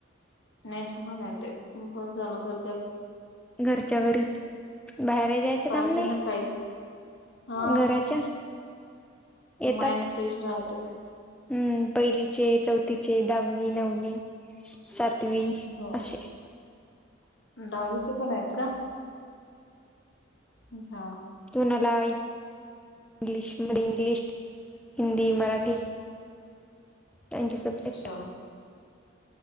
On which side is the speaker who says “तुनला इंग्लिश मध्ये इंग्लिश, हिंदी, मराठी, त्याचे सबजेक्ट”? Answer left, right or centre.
Centre